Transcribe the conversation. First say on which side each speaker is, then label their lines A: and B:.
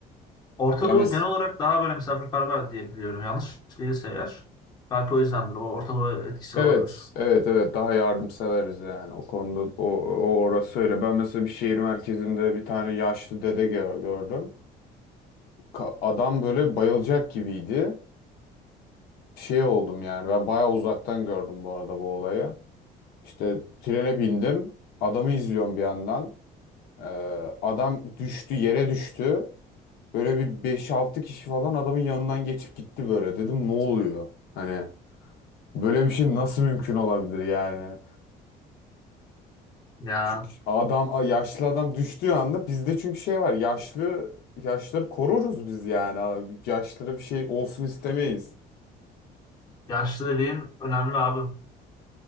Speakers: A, on the left (about 25°); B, on the left (about 70°).
A: Orta
B: Ya
A: Doğu
B: mes-
A: genel olarak daha böyle misafirperver diye biliyorum. Yanlış değilse eğer. Belki o yüzdendir. O Orta Doğu etkisi
B: Evet,
A: olabilir.
B: evet, evet. Daha yardımseveriz yani o konuda. O, o orası öyle. Ben mesela bir şehir merkezinde bir tane yaşlı dede gö- gördüm. Ka- adam böyle bayılacak gibiydi. Şey oldum yani. Ben bayağı uzaktan gördüm bu arada bu olayı. İşte trene bindim. Adamı izliyorum bir yandan. Ee, adam düştü, yere düştü. Böyle bir beş altı kişi falan adamın yanından geçip gitti böyle. Dedim ne oluyor? Hani böyle bir şey nasıl mümkün olabilir yani?
A: Ya
B: Çünkü adam yaşlı adam düştüğü anda bizde çünkü şey var yaşlı yaşları koruruz biz yani abi. Yaşlara bir şey olsun istemeyiz.
A: yaşlı dediğin önemli abi.